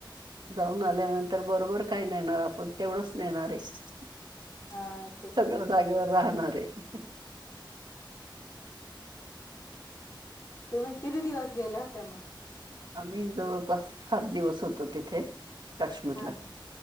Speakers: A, on the right (about 60°); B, on the left (about 40°).
A: जाऊंन आल्यानंतर बरोबर कायं नेणारं आपणं तेवढंच नेणारं आहेसं
B: हां
A: सगळं जागेवर राहणांर आहे
B: तुम्हीं किती दिवसं गेल्यां होत्यां मंग
A: आम्हीं जवळंपास सात दिवसं होतो तिथे काश्मीरला
B: हा